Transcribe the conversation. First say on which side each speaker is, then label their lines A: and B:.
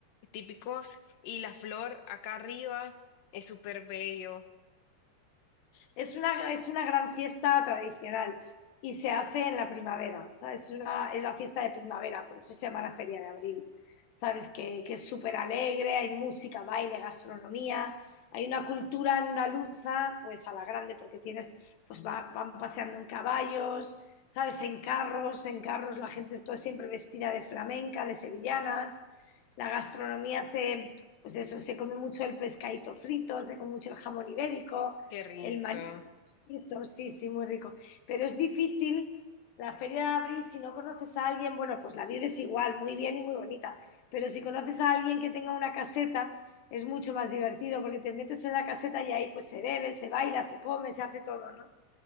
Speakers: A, on the left; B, on the left.
A: típicos y la flor acá arriba es súper bello.
B: Es una, es una gran fiesta tradicional y se hace en la primavera, ¿sabes? Es, una, es la fiesta de primavera, por eso se llama la Feria de Abril, ¿sabes? Que, que es súper alegre, hay música, baile, gastronomía, hay una cultura andaluza, pues a la grande, porque tienes, pues va- van paseando en caballos, ¿sabes? En carros, en carros la gente está siempre vestida de flamenca, de sevillanas, la gastronomía se, pues eso, se come mucho el pescadito frito, se come mucho el jamón ibérico,
A: Qué rico.
B: el marisco eso sí, sí, muy rico. Pero es difícil la feria de abril si no conoces a alguien, bueno, pues la vives igual, muy bien y muy bonita. Pero si conoces a alguien que tenga una caseta, es mucho más divertido porque te metes en la caseta y ahí pues se bebe, se baila, se come, se hace todo, ¿no?